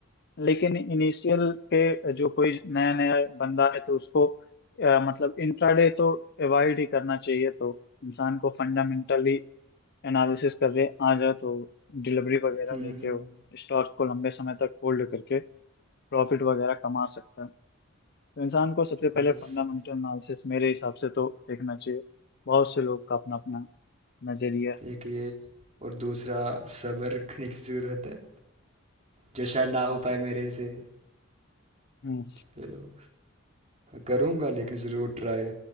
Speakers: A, on the left (about 50°); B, on the right (about 35°).
A: लेकिन इनिशियल पे जो कोई नया नया बंदा है तो उसको अ, मतलब इंट्राडे तो अवॉइड ही करना चाहिए तो इंसान को फंडामेंटली एनालिसिस कर रहे आ जाए तो डिलीवरी वगैरह
B: हम्म
A: लेके
B: हम्म
A: वो स्टॉक को लंबे समय तक होल्ड करके प्रॉफिट वगैरह कमा सकता है तो इंसान को सबसे पहले
B: मतलब स-
A: फंडामेंटल एनालिसिस मेरे हिसाब से तो देखना चाहिए बहुत से लोग का अपना अपना नजरिया
B: एक ये और दूसरा सब्र रखने की ज़रूरत है जो शायद ना हो
A: है।
B: पाए मेरे से
A: हम्म
B: चलो करूँगा लेकिन ज़रूर ट्राई